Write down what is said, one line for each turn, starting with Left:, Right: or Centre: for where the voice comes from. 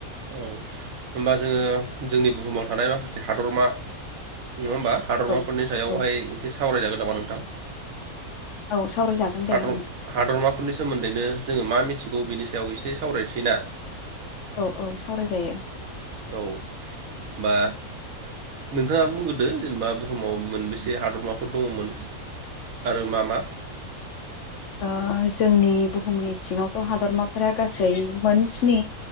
Right: औ होमबा जोङो जोंनि बुहुमाव थानाय माखासे हादरमा। नङा होमबा हादरबाफोरनि
Left: औ
Right: सायावहाय
Left: औ
Right: एसे सावरायजागोन नामा नोंथां।
Left: औ। सावरायजागोन
Right: हादर
Left: दे ओं
Right: हादरमाफोरनि सोमोन्दैनो जोङो मा मिथिगौ बिनि सायाव एसे सावरायसैना।
Left: औ औ सावरायजायो।
Right: औ होमबा नोंथाङा बुंग्रोदो जेनेबा बुहुमाव मोनबेसे हादरमाफोर दङमोन आरो मा मा?
Left: ओ जोंनि बुहुमनि सिङावथ' हादरमाफोरा गासै मोन स्नि